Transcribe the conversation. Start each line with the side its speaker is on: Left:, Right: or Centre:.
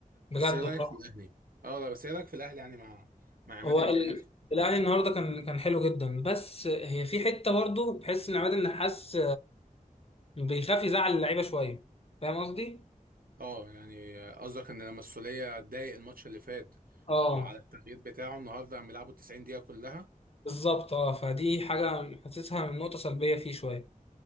Left: بجد
Right: بس ايه رايك
Left: والله.
Right: في الاهلي اه لا بس ايه رايك في الاهلي يعني مع مع عماد
Left: هو
Right: النحاس
Left: ال... الاهلي النهارده كان كان حلو جدا بس هي في حته برضه بحس ان عماد النحاس بيخاف يزعل اللعيبه شويه فاهم قصدي
Right: اه يعني آه، قصدك ان لما السوليه اتضايق الماتش اللي فات
Left: اه
Right: آه، على التغيير بتاعه النهارده عم يلعبوا 90 دقيقه كلها
Left: بالظبط اه فدي حاجه حاسسها من نقطه سلبيه فيه شويه